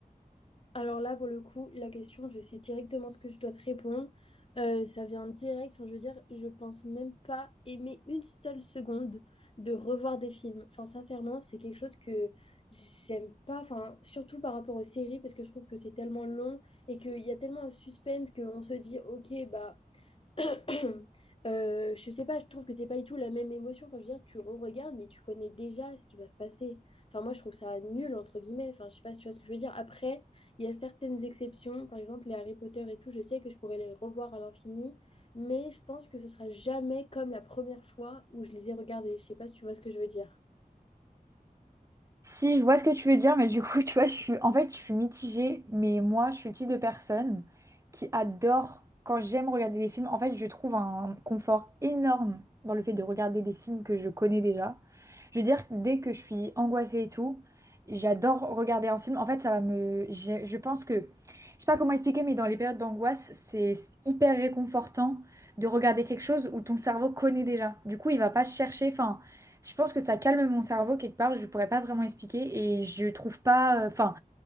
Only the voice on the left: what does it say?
Alors là, pour le coup, la question, je sais directement ce que je dois te répondre. Euh, ça vient direct. Enfin, je veux dire, je pense même pas aimer une seule seconde de revoir des films. Enfin, sincèrement, c'est quelque chose que j'aime pas. Enfin, surtout par rapport aux séries, parce que je trouve que c'est tellement long et qu'il y a tellement un suspense qu'on se dit, ok, bah. <coughs> <clears throat> Euh, je sais pas, je trouve que c'est pas du tout la même émotion. Enfin, je veux dire, tu re-regardes, mais tu connais déjà ce qui va se passer. Enfin, moi, je trouve ça nul, entre guillemets. Enfin, je sais pas si tu vois ce que je veux dire. Après, il y a certaines exceptions, par exemple les Harry Potter et tout, je sais que je pourrais les revoir à l'infini, mais je pense que ce sera jamais comme la première fois où je les ai regardés. Je sais pas si tu vois ce que je veux dire.